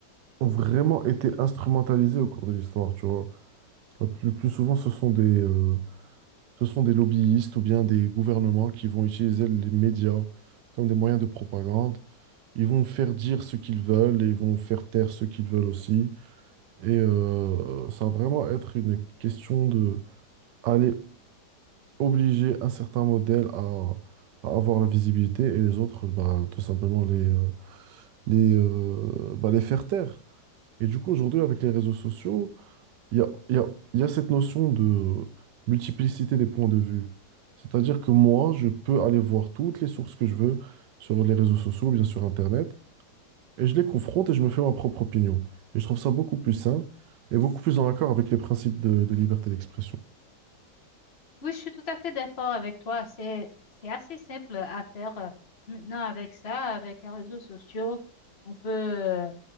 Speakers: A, on the right; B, on the left.
A: ont vraiment été instrumentalisées au cours de l'histoire, tu vois. Le plus, le plus souvent, ce sont des, euh, ce sont des lobbyistes ou bien des gouvernements qui vont utiliser les médias comme des moyens de propagande. Ils vont faire dire ce qu'ils veulent et ils vont faire taire ce qu'ils veulent aussi. Et euh, ça va vraiment être une question de aller obliger un certain modèle à, à avoir la visibilité et les autres, bah, tout simplement les, euh, les, euh, bah, les faire taire. Et du coup, aujourd'hui, avec les réseaux sociaux, il y a, il y a, il y a cette notion de multiplicité des points de vue. C'est-à-dire que moi, je peux aller voir toutes les sources que je veux sur les réseaux sociaux, bien sur Internet, et je les confronte et je me fais ma propre opinion. Et je trouve ça beaucoup plus sain et beaucoup plus en accord avec les principes de, de liberté d'expression.
B: Oui, je suis tout à fait d'accord avec toi. C'est, c'est assez simple à faire euh, maintenant avec ça, avec les réseaux sociaux. On peut,